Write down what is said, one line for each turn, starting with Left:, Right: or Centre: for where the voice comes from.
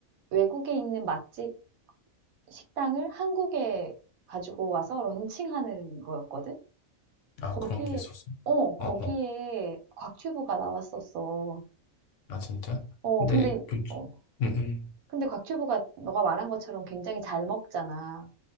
Right: 외국에 있는 맛집 식당을 한국에 가지고 와서 런칭하는 거였거든?
Left: 아,
Right: 거기에
Left: 그런 게 있었어.
Right: 어 거기에
Left: 어, 어.
Right: 곽튜브가 나왔었어.
Left: 아, 진짜?
Right: 어
Left: 근데
Right: 근데
Left: 요
Right: 어
Left: 음, 음.
Right: 근데 곽튜브가 너가 말한 것처럼 굉장히 잘 먹잖아.